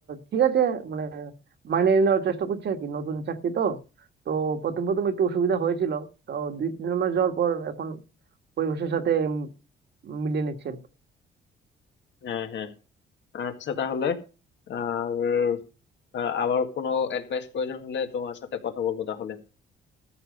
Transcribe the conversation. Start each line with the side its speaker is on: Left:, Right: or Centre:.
Right: ঠিক আছে মানে মানিয়ে নেওয়ার চেষ্টা করছি আর কি নতুন চাকরি তো তো প্রথম প্রথম একটু অসুবিধা হয়েছিল তো দুই তিন মাস যাওয়ার পর এখন পরিবেশের সাথে উম মিলিয়ে নিচ্ছি আর কি।
Left: হ্যাঁ হ্যাঁ আচ্ছা তাহলে আর আহ, আবার কোনো অ্যাডভাইস প্রয়োজন হলে তোমার সাথে কথা বলবো তাহলে